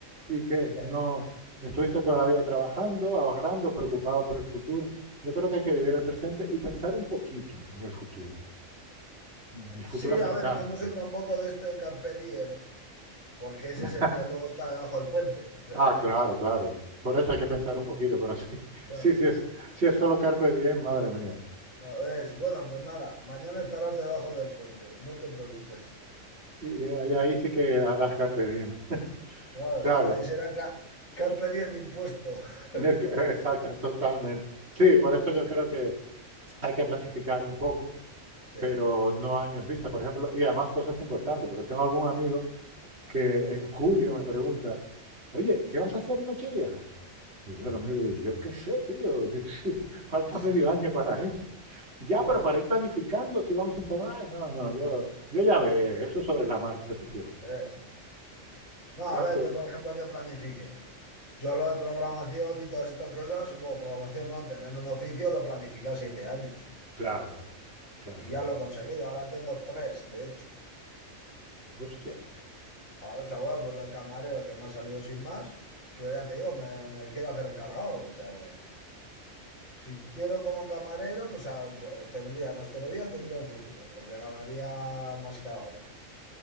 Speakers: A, on the right; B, on the left.
A: ¿Y qué?
B: eh,
A: No, estuviste toda la vida trabajando, ahorrando, preocupado por el futuro. Yo creo que hay que vivir el presente y pensar un poquito en el futuro, en el
B: Sí,
A: futuro cercano.
B: a ver, yo no soy tampoco de esto de Carpe Diem, porque ese
A: <laughs>
B: es el que luego está debajo del puente, pero
A: Ah, claro, claro. Por eso hay que pensar un poquito, pero sí, <laughs>
B: <laughs>
A: sí, sí
B: claro.
A: es, sí es solo carpe diem, madre mía.
B: Ya ves, bueno, pues nada, mañana estarás debajo del puente, no te preocupes.
A: Y eh, ahí, ahí sí que harás carpe diem.
B: Claro,
A: Claro,
B: sí, ahí será ca- carpe diem impuesto. <laughs>
A: Ya que- <laughs> Exacto, totalmente. Sí, por eso yo creo que hay que planificar un poco,
B: Sí,
A: pero no años vista, por ejemplo, y además cosas importantes, porque tengo algún amigo que en julio me pregunta, oye, ¿qué vas a hacer en Nochevieja? Y yo lo miro y digo, yo qué sé, tío, <laughs> si- si falta
B: sí,
A: medio
B: sí,
A: año para eso. Ya,
B: claro,
A: pero para ir planificando, si vamos a un salón, ay, no, no, yo, yo ya veré, eso es sobre la marcha, <laughs> tío.
B: es. eh. No,
A: Tanto,
B: a ver, yo por ejemplo que planifique. Yo lo de programación y todas estas cosas, bueno, programación no, tener un oficio lo planifiqué a siete años
A: claro, claro.
B: y ya lo he conseguido, ahora tengo tres, de hecho.
A: Hostia.
B: Claro, o sea, bueno, pues lo de camarero que me ha salido sin más, pero ya te digo, me, me quiero hacer encargado, o sea Si quiero como camarero, o sea, pu- tendría, en hostelería tendría un futuro, porque ganaría más que ahora.